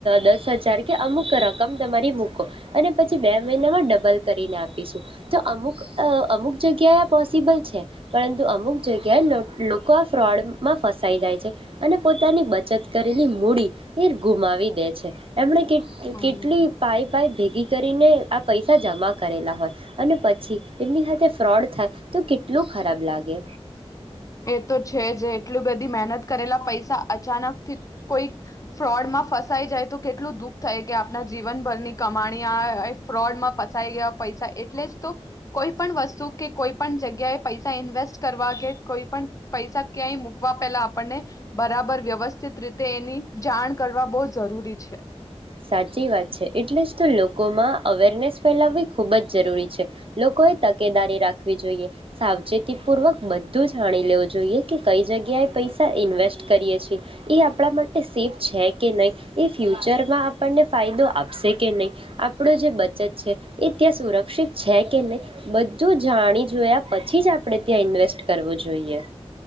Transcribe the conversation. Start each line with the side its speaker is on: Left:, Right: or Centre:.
Right: દસ હજાર કે અમુક રકમ તમારી મૂકો, અને પછી બે મહિનામાં ડબલ કરીને આપીશું તો અમુક અમુક જગ્યાએ આ પોસિબલ છે, પરંતુ અમુક જગ્યાએ લોકો આ ફ્રોડમાં ફસાઈ જાય છે, અને પોતાની બ બચત કરેલી મૂડી, એ ગુમાવી દે છે, એમણે
Left: હમ.
Right: કેટલી પાાય પાય ભેગી ગી કરીને આ પૈસા જમા કરેલા હોય અને પછી એમની સાથે ફ્રોડ થાય તો કેટલું ખરાબ લાગે.
Left: એ તો છે જે એટલી બધી મહેનત કરેલા પૈસા અચાનક થી કોઈ ફ્રોડમાં ફસાઈ જાય તો કેટલું દુઃખ થાય કે આપણા જીવનભરની કમાણી આ એક ફ્રોડમાં ફસાઈ ગયા પૈસા એટલે જ તો કોઈ પણ વસ્તુ કે કોઈ પણ જગ્યાએ પૈસા ઇન્વેસ્ટ કરવા કે કોઈ પણ પૈસા ક્યાંય મૂકવા પેલા આપણને બરાબર વ્યવસ સ્થિત રીતે એની જાણ કર રા બહુ જરૂરી છે.
Right: સાચી વાત છે. એટલે જ તો લોકોમાં અવેરનેસ ફેલાવવી ખૂબ જ જરૂરી છે. લોકોએ તકેદારી રાખવી જોઈએ સાવચેતીપૂર્વક બધું જ જાણી લેવું જોઈએ કે કઈ જગ્યાએ પૈસા ઇન્વેસ્ટ કરીએ છીએ. એ આપણા માટે સેફ છે કે નહીં એ ફ્યુચરમાં આપણને ફાયદો આપશે કે નહીં. આપણો જે બચત છે એ ત્યાં સુરક્ષિત છે કે નહીં બધું જાણી જોયા પછી જ આપણે ત્યાં ઇન્વેસ્ટ કરવું જોઈએ.